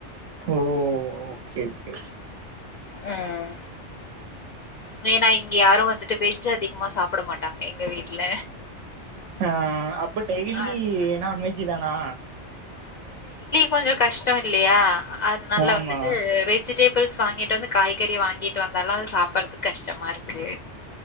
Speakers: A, on the right (about 85°); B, on the left (about 55°).
A: ஓ ஓ ஓகே ஓகே
B: ம் வேன்னா இங்க யாரு வந்துட்டு வெஜ் அதிகமா சாப்புட மாட்டாங்க எங்க வீட்ல
A: ஆ ஆ அப்ப டெய்லி
B: அது
A: நான்வெஜ்ஜு தானா
B: கொஞ்சோ கஷ்டோ இல்லையா அதுனால
A: ஆமா
B: வந்துட்டு வெஜு டேபிள்ஸ் வாங்கிட்டு வந்து காய்கறிய வாங்கிட்டு வந்தாலு அது சாப்புறதுக்கு கஷ்டமா இருக்கு